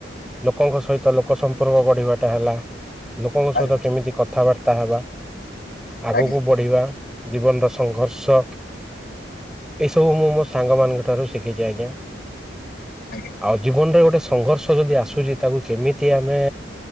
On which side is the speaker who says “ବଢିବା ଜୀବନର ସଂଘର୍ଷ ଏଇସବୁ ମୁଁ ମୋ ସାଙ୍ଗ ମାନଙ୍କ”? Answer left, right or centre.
Centre